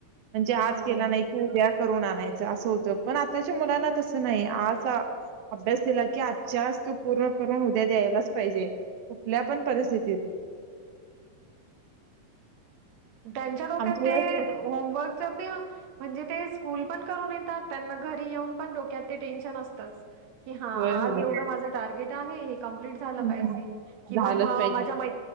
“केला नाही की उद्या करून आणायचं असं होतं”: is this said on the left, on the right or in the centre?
Right